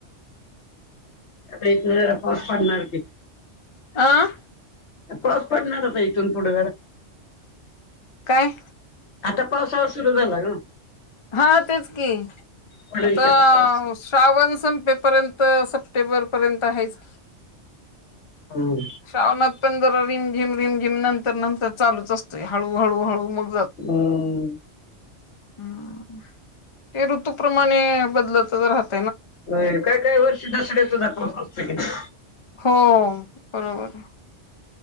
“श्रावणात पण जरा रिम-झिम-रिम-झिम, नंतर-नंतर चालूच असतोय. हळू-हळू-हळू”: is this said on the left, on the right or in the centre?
Left